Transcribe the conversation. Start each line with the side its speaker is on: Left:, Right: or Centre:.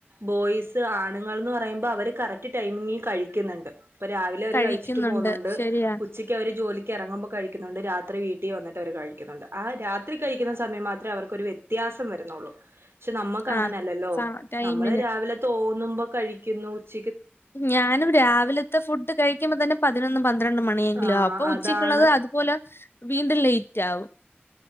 Right: ബോയ്സ് ആണുങ്ങൾന്ന് പറയുമ്പോ അവര് കറക്ട് ടൈമിംഗിൽ കഴിക്കുന്നുണ്ട്. ഇപ്പൊ രാവിലെ അവര്
Left: കഴിക്കുന്നുണ്ട്
Right: കഴിച്ചിട്ട് പോന്നോണ്ട്
Left: ശരിയാ.
Right: ഉച്ചയ്ക്ക് അവര് ജോലി ക്കെറങ്ങുമ്പോ കഴിക്കുന്നുണ്ട്. രാത്രി വീട്ടി വന്നട്ട് അവര് കഴിക്കുന്നുണ്ട്. ആ രാത്രി കഴിക്കുന്ന സമയം മാത്രേ അവർക്കൊരു വ്യത്യാ സം വരുന്നോള്ളൂ. പക്ഷെ നമ്മക്ക് അങ്ങനെയല്ലല്ലോ
Left: ആ സ ടൈമിന്.
Right: നമ്മള് രാവിലെ തോന്നുമ്പോ കഴിക്കുന്നു. ഉച്ച
Left: ഞാനും രാവിലത്തെ ഫുഡ് കഴിക്കുമ്പോ തന്നെ പതിനൊന്നും പന്ത്രണ്ട് മണിയെങ്കിലും
Right: ആ
Left: അപ്പൊ ഉച്ചക്കുള്ളത്
Right: അതാണ്
Left: അ അതുപോലെ വീണ്ടും ലേറ്റ് ആവും.